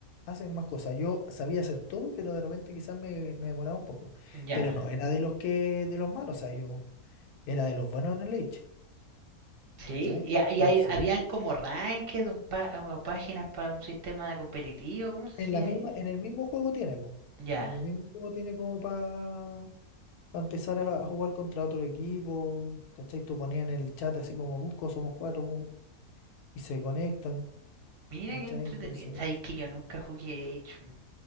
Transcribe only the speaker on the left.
hacen más cosas. Yo sabía hacer todo, pero de repente quizás me, me demoraba un poco.
Pero no, era de los que, de los malos, o sea, yo era de los buenos en el Age.
¿Cachai?
Entonces,
sí,
En
la misma,
en el mismo juego tiene, po.
En el mismo juego tiene como para empezar a, a jugar contra otro equipo. ¿Cachai? Tú ponías en el chat así como busco, somos cuatro, pum, y se conectan.
¿Cachai?
Entonces.